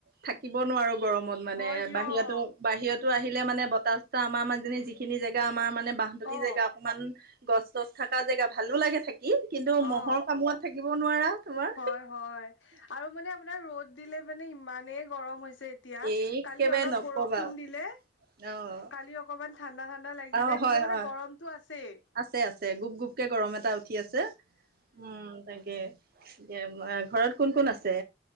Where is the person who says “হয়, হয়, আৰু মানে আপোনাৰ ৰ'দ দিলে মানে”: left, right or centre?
Left